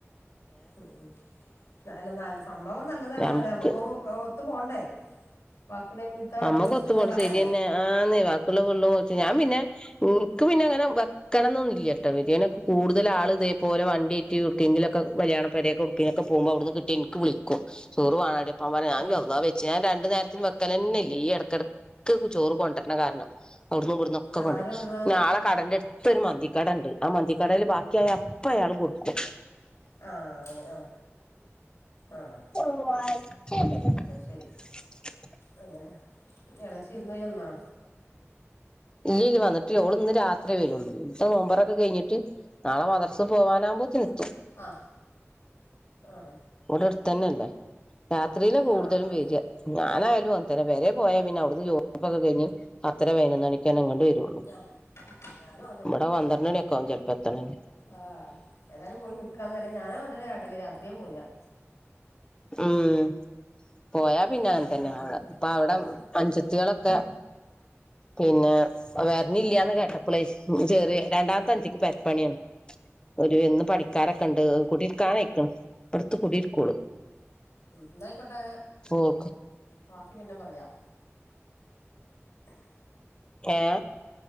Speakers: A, on the left (about 85°); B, on the left (about 20°).
A: ഉംല്ല നല്ല സംഭവം നല്ലതാണ്
B: ഞമക്ക്
A: അറിയ നമുക്ക് ത്ത പോണ്ടേ ബാക്കിണ്ട പിന്നെ ഇത്ത കാട്ട്
B: അമ്മ
A: ദിവസം
B: കൊത്തു
A: ഇങ്ങനെ
B: പോോണ്ട
A: കളയണ്ടേ
B: ശരിയന്നെ ആ നെയവാക്കുള്ള പുള്ളും കൊച്ചു ഞാൻ പിന്നെക്ക് പിന്നെ െ വെക്കണംമ എന്നന്നില്ലല്ല കേട്ടോ വിരിയനൊക്കെ കൂടുതൽ ആൾ ഇതേപലെ വണ്ടി അറ്റി കൊടുക്കെങ്കിലൊക്കെ കല്യാണണംരെ കുടുക്കിനൊക്കെ പോക്പോ അവിടുന്ന് കട്ട എനി വിളിക്കും ചോറ്ുാണാടടിപ്പാ പറ ഞാൻാ
A: ആഹ്
B: വെ ഞാ രണ്ട നേരത്തി മക്കല തന്നെല്ലേ ഈ ഇടയ്ക്കിടക്ക് ചോറ് കൊണ്ടരണ കാരണം അവിട നിന്ന്ുംവിടുന്നും ഒക്കെ
A: ആഹ്
B: കൊണ്ടു
A: ആര് കൊണ്ടരാ
B: നാളെടന്റെടു ഇപ്പൊ ഒരു മന്തിക്കട ഉണ്ട് ആ മന്തിക്കടൽ ബാക്കിയായ അപ്പ അയാൾ കൊടുക്കും
A: ആഹ ആ ആഹ്
B: <unintelligible>
A: അത് ശരി അങ്ങനെ ഇളച്ചിവിരുന് പോയെന്നോ
B: ഇല്ല ഇല്ല വന്നിട്ടില്ല ോള് ഇന്ന് രാത്രിേ വരുള്ളൂ ഇവിത്തെ നോമ്പറൊക്കെ കഴിഞ്ഞിട്ട നാളെ മദർസ് പോകാനാവക്പോ തിെത്തും
A: ആഹ ആഹ
B: അല്ല രാത്രിയില കൂടുതലും
A: ആഹ് ആഹ് അത്
B: വരിക
A: ശരി
B: ഞാനാലും അത്ര പേരെ പോയാ പിന്നെ അവിടുന്ന് ജോദിപ്പൊക്കെ കഴിഞ്ഞഞ് അത്ര വേനന്നണിക്കാൻ അങ്ങോേ വരുള്ളു
A: ആഹ് ഞാനും
B: ഇമ്മടെ അന്നര ന എക്കൗ ചലപ്പത്താാനണ്ട്
A: ആഹ ഏതാനും പോയി നിക്കാന്നരല്ല ഞാനും അതനെ ആട്ടല്ലേ രാത്രിയ പോരാ
B: ഉം പോയാ പിന്നെ
A: രാത്രിയത്തെ
B: അങ്ങനെ തന്നെ
A: ഭക്ഷണം
B: അടെ
A: കഴിച്ചിട്ട്
B: ഇപ്പ അവിടെ
A: ഉം
B: അഞ്ചത്തികളൊക്കെ പിന്നെ വേറെന്ന ഇല്ലന്ന് കേട്ടാ പ്ളേ ഉ ചെറിയ രണ്ടാമത്തെഞ്ചിക്ക് പരപ്പണിയാണ് ഒരുന്ന് പണിക്കാരൊക്കെ ഉണ്ട് കൂടി കാണക്കണം പുറത്ത കൂടിരിക്കുള്ളൂ
A: ന്നായിക്കോട്ടെ
B: ഓൾക്ക്
A: ബാക്കി പിന്നെ പറയാം <inaudible>
B: ഏ